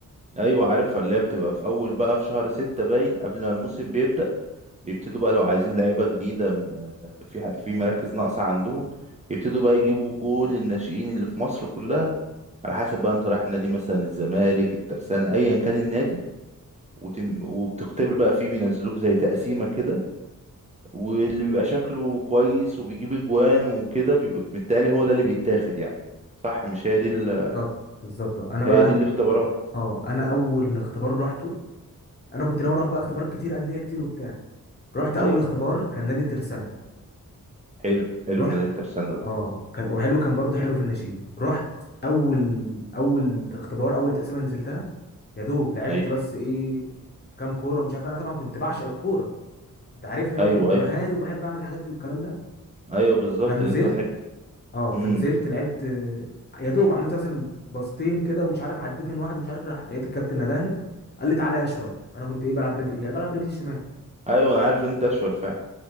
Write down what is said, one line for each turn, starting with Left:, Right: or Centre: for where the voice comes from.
Right: ايوه عارفها اللي هي بتبقى في اول بقى في شهر ستة باين قبل ما الموسم بيبدأ بيبتدوا بقى لو عايزين لعيبة جديدة م- آه، في ح- في مراكز ناقصة عندهم يبتدوا بقى يجيبوا كل الناشئين اللي في مصر كلها على حسب بقى انت رايح نادي مثلا الزمالك الترسانة ايا كان النادي وتم وبتختبر بقى فيه بينزلوك زي تقسيمة كده واللي بيبقى شكله كويس وبيجيب اجوان وكده بيبقى- بالتالي هو ده اللي بيتاخد يعني صح مش هي دي ال...
Left: بالظبط بالظبط انا بقى
Right: هي دي الاختبارات
Left: اه انا اول اختبار روحته انا كنت ناوي اروح بقى اختبارات كتير انديه كتير وبتاع رحت اول
Right: ايوه
Left: اختبار كان نادي الترسانه
Right: حلو حلو
Left: رحت
Right: نادي الترسانة ده
Left: اه كان وحلو كان برضه حلو في الناشئين رحت اول اول اختبار اول تقسيمه نزلتها يا دوب لعبت
Right: ايوه
Left: بس ايه كام كوره مش عارف انا طبعا كنت بعشق الكوره انت عارفني بقى
Right: ايوه
Left: كنت
Right: ايوه
Left: مهاري وبحب اعمل الحاجات دي والكلام ده
Right: ايوه بالظبط
Left: فنزلت
Right: اللي انت حته
Left: اه
Right: امم
Left: فنزلت لعبت آه، يا دوب عملت مثلا باصتين كده ومش عارف عديت من واحد مش عارف راح لقيت الكابتن ندهني قال لي تعالى يا اشول انا كنت ايه بلعب رجلي يعني بلعب رجلي الشمال
Right: ايوه انا عارف إن انت اشول فعلا